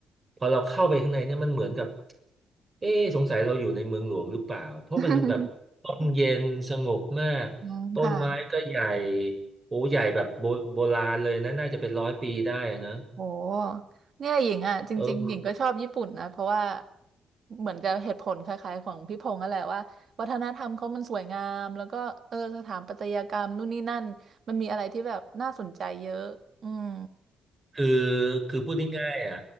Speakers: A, on the right; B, on the right.
A: พอเราเข้าไปข้างในเนี่ยมันเหมือนกับเอ๊ะสงสัยเราอยู่ในเมืองหลวงหรือเปล่าเพราะมันแบบร่มเย็นสงบมากต้นไม้ก็ใหญ่
B: <laughs> อืมค่ะ
A: โอ้ใหญ่แบบโบโบราณเลยนะน่าจะเป็นร้อยปีได้นะ
B: โหเนี่ยหญิงอ่ะจริงๆหญิงก็ชอบญี่ปุ่นนะเพราะว่า
A: เออ
B: เหมือนจะเหตุผลคล้ายๆของพี่พงษ์นั่นแหละว่าวัฒนธรรมเขามันสวยงามแล้วก็เออสถาปัตยกรรมนู่นนี่นั่นมันมีอะไรที่แบบน่าสนใจเยอะอืม
A: คือคือพูดง่ายๆอ่ะ